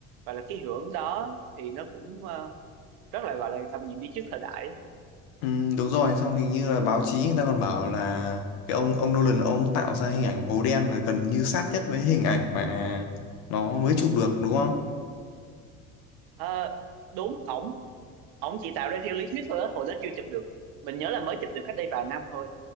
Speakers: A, on the right (about 65°); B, on the left (about 70°).
A: gọi là cái hiệu ứng đó thì nó cũng ờ, rất là gọi là tầm nhìn đi trước thời đại
B: ừm, đúng rồi, xong hình như là báo chí người ta còn bảo là cái ông ông Nolan ông tạo ra hình ảnh hố đen là gần như sát nhất với hình ảnh mà nó mới chụp được đúng không?
A: Ờ, đúng ổng ổng chỉ tạo ra theo lý thuyết thôi á hồi đó chưa chụp được mình nhớ là mới chụp được cách đây vài năm thôi